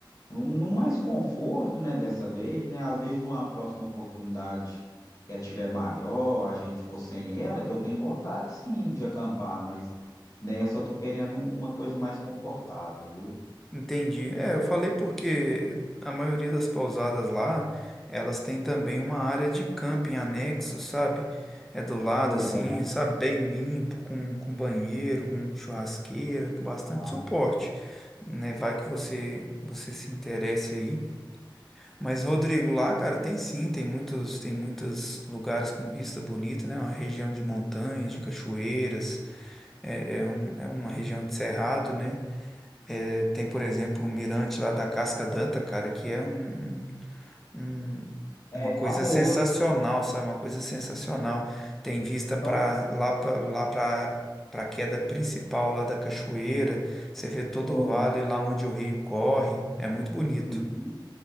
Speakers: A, on the left (about 45°); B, in the centre.
A: num mais conforto, né, dessa vez, né? Às vezes numa próxima oportunidade que a tiver maior, a gente for sem ela, que eu tenho vontade sim de acampar, mas nessa eu tô querendo uma coisa mais confortável, viu?
B: Entendi. É, eu falei porque a maioria das pousadas lá, elas têm também uma área de camping anexo, sabe? É do lado
A: Legal.
B: assim, sabe? Bem limpo, com, com banheiro, com churrasqueira, com bastante
A: Ah,
B: suporte,
A: tá.
B: né? Vai que você você se interesse aí. Mas Rodrigo, lá, cara, tem sim, tem muitos tem muitos lugares com vista bonita, né? Uma região de montanhas, de cachoeiras, é, é, um- é uma região de cerrado, né? É, tem, por exemplo, o mirante lá da Casca Danta, cara, que é um, um-
A: É
B: uma coisa
A: famoso.
B: sensacional, sabe? Uma coisa sensacional. Tem vista para
A: Só.
B: lá para lá para para a queda principal lá da cachoeira. Você vê todo
A: ó,
B: o vale lá onde o rio corre. É muito bonito.
A: uhum.